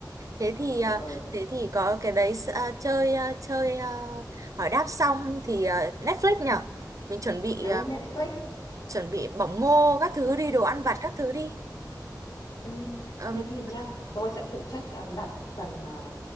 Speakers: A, on the right (about 50°); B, on the left (about 75°).
A: thế thì
B: Ừ,
A: ờ,
B: ừ.
A: thế thì có cái đấy s- ờ, chơi ờ, chơi ờ, hỏi đáp xong thì ờ, Netflix nhở mình chuẩn bị
B: Ừ,
A: ờ,
B: Netflix.
A: chuẩn bị bỏng ngô các thứ đi đồ ăn vặt các thứ đi
B: Ừm,
A: Ừm,
B: thế thì nhá, tôi sẽ phụ trách, à, đặt phần, à,